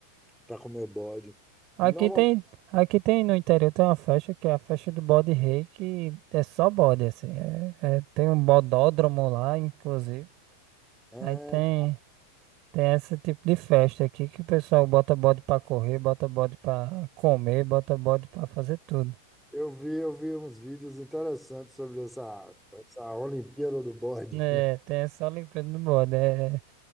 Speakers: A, in the centre; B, on the right.
A: para comer o bode.
B: Aqui
A: E normalmente.
B: tem, aqui tem no interior tem uma festa que é a festa do bode rei, que é só bode, assim. É, é- tem um bodódromo lá, inclusive.
A: é,
B: Aí tem, tem esse tipo de festa aqui que o pessoal bota bode pra correr, bota bode pra comer, bota bode pra fazer tudo.
A: Eu vi, eu vi uns vídeos interessantes sobre essa, essa Olimpíada do Bode.
B: É, tem essa Olimpíada do Bode. É... é,